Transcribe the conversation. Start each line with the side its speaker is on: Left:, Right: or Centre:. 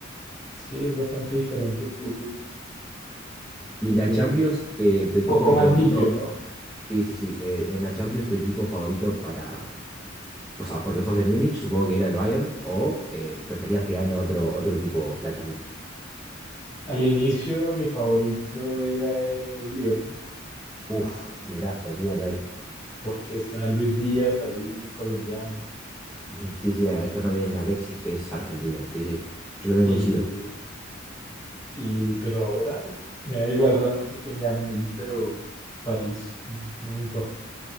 Left: Sí, es bastante diferente el fútbol
Centre: Y
Left: y
Centre: la Champions, eh, tu equipo
Left: poco más
Centre: favorito,
Left: limpio, ¿no?
Centre: sí, sí, sí, eh, en la Champions tu equipo favorito para, o sea, porque sos de Múnich, supongo que era el Bayern, o eh, preferías que gane otro, otro equipo la Champions.
Left: Al inicio mi favorito era el Liverpool.
Centre: Uf, mirá, coincidimos ahí.
Left: porque está Luis Díaz ahí, colombiano,
Centre: Ujú. Sí, sí, está también Alexis, que es argentino, sí, sí, yo también
Left: y,
Centre: coincido.
Left: y- pero ahora me da igual realmente quién gane, Inter o París, no, no me importa.